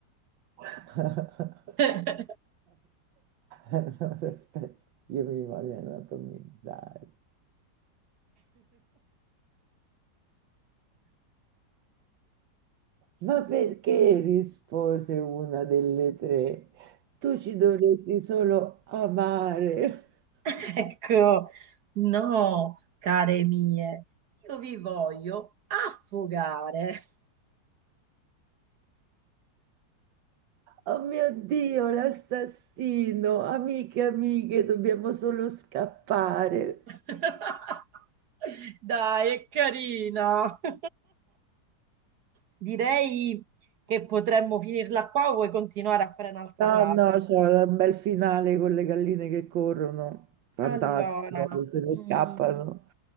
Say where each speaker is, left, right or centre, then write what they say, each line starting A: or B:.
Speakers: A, on the right (about 85°); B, on the right (about 60°).
A: eh? <laughs>
B: <laughs>
A: Allora, aspetta, io mi voglio anatomizzare. Ma perché rispose una delle tre? Tu ci dovresti solo amare.
B: Ecco, no, care mie, io vi voglio affogare.
A: Oh mio Dio, l'assassino! Amiche, amiche, dobbiamo solo scappare.
B: <laughs> Dai, è carina. <laughs> Direi che potremmo finirla qua o vuoi continuare a fare un'altra
A: No,
B: frase?
A: no, c'è un bel finale con le galline che corrono, fantastico,
B: Allora,
A: che se ne
B: mm,
A: scappano.